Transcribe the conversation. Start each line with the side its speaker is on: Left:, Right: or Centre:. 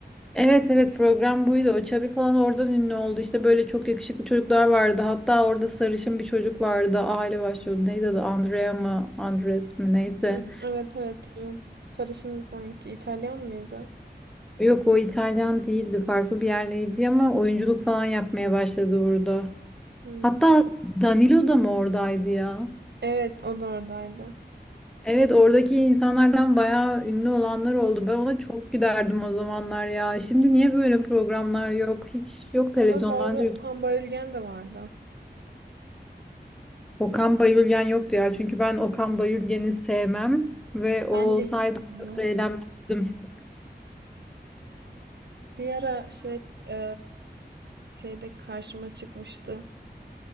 Centre: Evet evet program buydu. O Chubby falan oradan ünlü oldu. İşte böyle çok yakışıklı çocuklar vardı. Hatta orada sarışın bir çocuk vardı. Aile başlıyordu. Neydi adı? Andrea mı? Andres mi? Neyse.
Right: Hı, evet evet tamam. Sarışındı sanki. İtalyan mıydı?
Centre: Yok o İtalyan değildi. Farklı bir yerliydi ama oyunculuk falan yapmaya başladı orada
Right: Hı.
Centre: Hatta Danilo da mı oradaydı ya?
Right: Evet o da oradaydı.
Centre: Evet oradaki insanlardan bayağı ünlü olanlar oldu. Ben ona çok giderdim o zamanlar ya. Şimdi niye böyle programlar yok? Hiç yok televizyondan
Right: Ama orada Okan Bayülgen de vardı.
Centre: Okan Bayülgen yoktu ya. Çünkü ben Okan Bayülgen'i sevmem ve o
Right: Ben
Centre: olsaydı
Right: de hiç bilmiyorum.
Centre: o kadar eğlenmezdim.
Right: Bir ara şey e, şeyde karşıma çıkmıştı.